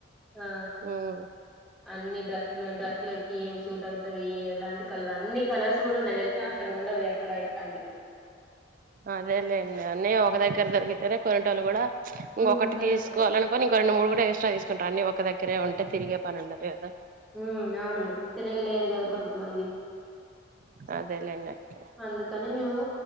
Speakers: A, in the centre; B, on the right.
A: ఆ
B: ఉమ్,
A: అన్ని డ్రెస్లు డ్రెస్లకి ఏం సూట్ అవుతవి ఎలాంటి కలర్ అన్ని కలర్స్ కూడా ఉన్నాయి తెలుసా అసలు ఉండవు ఎక్కడ ఎట్లాంటివి
B: అదేలే అన్ని ఒక్క దగ్గర దొరుకుతే కొనేటోళ్లు కూడా
A: ఉమ్
B: ఒకటి
A: కొనేట
B: తీసుకోవాలని ఇంకా రెండు మూడు కూడా ఎక్స్ట్రా తీసుకుంటారు అన్నీ ఒక దగ్గరే ఉంటే తిరిగే పని ఉండదు కదా
A: ఉమ్ అవును తిరగలేరు కదా
B: ఉమ్,
A: కొంతమంది
B: అదేలేండి అక్క
A: అందుకని మేము